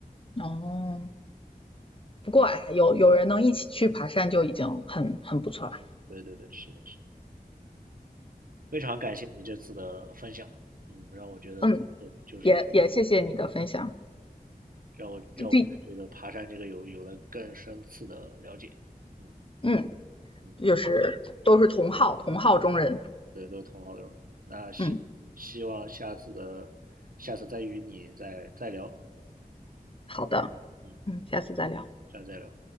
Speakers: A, on the left; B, on the right.
A: 哦，不过哎，有有人能一起去爬山就已经很很不错了。
B: 对对对，是的，是的，非常感谢你这次的分享，嗯，让我觉得这就是
A: 嗯，也也谢谢你的分享。
B: 让我让我对这个爬山这个有有了更深次的了解，
A: 就毕
B: 嗯
A: 嗯，
B: 嗯。
A: 就是都是同好同好中人。
B: 对，都是同好友人。那希希望下次的下次再与你再再聊，
A: 嗯，好的，
B: 嗯，
A: 嗯，下次再聊。
B: 下次再聊。